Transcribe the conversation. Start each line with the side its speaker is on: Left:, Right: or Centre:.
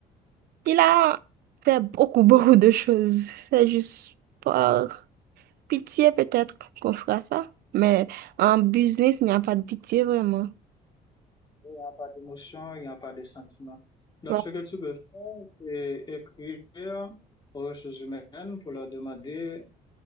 Right: il a fait beaucoup, <laughs> beaucoup de choses. C'est juste pas. Pitié, peut-être qu'on fera ça, mais en business, il n'y a pas de pitié vraiment.
Left: Il n'y a pas d'émotion, il n'y a pas de sentiment. Donc,
Right: Ouais.
Left: ce que tu peux faire, c'est écrire aux ressources humaines pour leur demander,